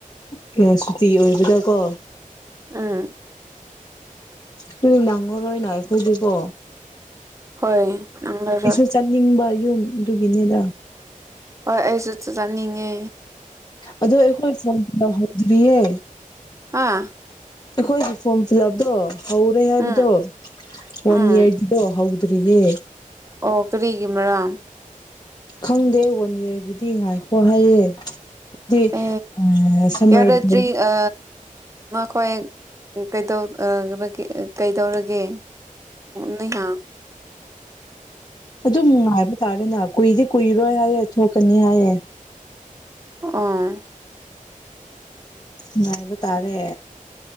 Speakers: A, on the left (about 30°); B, on the right (about 20°).
A: ꯀꯌꯥ ꯁꯨꯇꯤ ꯑꯣꯏꯕꯗ ꯀꯣ
B: ꯑꯥ
A: ꯀ ꯂꯥꯡꯉꯔꯣꯏꯅ ꯑꯩꯈꯣꯏꯗꯤꯀꯣ
B: ꯍꯣꯌ ꯅꯥꯉꯔꯣꯏ
A: ꯑꯩꯁꯨ ꯆꯠꯅꯤꯡꯕ ꯌꯨꯝꯗꯨꯒꯤꯅꯤꯗ
B: ꯍꯣꯏ ꯑꯩꯁꯨ ꯆꯥꯅꯤꯡꯉꯦ
A: ꯑꯗꯣ ꯑꯩꯈꯣꯏ ꯐꯣꯟꯍꯗ꯭ꯔꯤꯌꯦ
B: ꯍꯥꯥ
A: ꯑꯩꯈꯣꯏꯒꯤ ꯐꯣꯔꯝ ꯐꯤꯜ ꯑꯞꯇꯣ ꯍꯧꯔꯦ ꯍꯥꯏꯕꯗꯣ
B: ꯎꯝ
A: ꯋꯥꯟ
B: ꯎꯝ
A: ꯌꯌꯥꯔ ꯗꯣ ꯍꯧꯗꯔꯤꯌꯦ
B: ꯑꯣ ꯀꯔꯤꯒꯤ ꯃꯔ
A: ꯈꯪꯗꯦ ꯋꯥꯟ ꯏꯌꯥꯔꯒꯤꯗꯤ ꯉꯥꯏꯈꯣ ꯍꯥꯏꯌꯦ ꯗꯤ
B: ꯑ
A: ꯑ ꯁꯝꯃꯔ
B: ꯌꯥꯔꯗ꯭ꯔꯤ
A: ꯕ꯭ꯔꯦꯛ
B: ꯑ ꯍꯣꯏ ꯀꯩ ꯀꯩꯗꯧꯔꯒꯦ ꯅ ꯍꯥ
A: ꯑꯗꯨꯝꯉꯥꯏꯕ ꯇꯥꯔꯦꯅꯦ ꯀꯨꯏꯗꯤ ꯀꯨꯏꯔꯣꯏ ꯍꯥꯏꯌꯦ ꯊꯣꯛꯀꯅꯤ ꯍꯥꯏꯌꯦ
B: ꯑ
A: ꯉꯥꯏꯕ ꯇꯥꯔꯦ